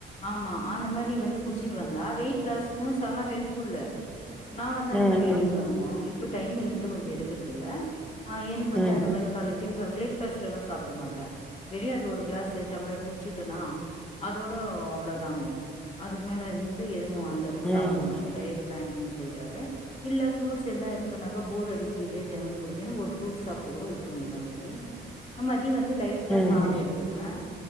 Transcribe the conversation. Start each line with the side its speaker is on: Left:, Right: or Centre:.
Left: ஆமா அந்த மாரி வந்து குடிச்சிட்டு வந்தா வெயிட் லாஸ்கு செம ஹெல்ஃப்புல்லு நா வந்து அத
Centre: ம்
Left: மாரி எடுக்றோமோ
Centre: ம்
Left: இப்ப டைம் இல்லண்ட்டு கொஞ்சோ எடுக்றதில்ல ஆ எனக்கு
Centre: ம்
Left: வந்து
Centre: ம்
Left: அந்த மாரி காலே டிபன் பிரேக்ஃபஸ்ட் எல்லா சாப்ட மாட்டே பெரிய அது ஒரு கிளாஸ் டம்ளர் குடிச்சிட்டேனா அதோட அவ்ளோ தாங்கோ அதுக் மேல வந்து எதுவு அந்த அளவுக்
Centre: ம்
Left: சாப்ட மாட்டே டயட் பிளானிங்னு போய்ட்டாவே இல்ல புரூட்ஸ் எத்னா இருக்குனாக போர் அடிக்குது இதுவே தெனமு புடிக்கனா ஒருபுரூட் சாப்டு கூட வுட்ருவே ஏதாச்சி நா மதியோ வந்து லைட்டா
Centre: ம்
Left: சாதோ எடுத்துப் பே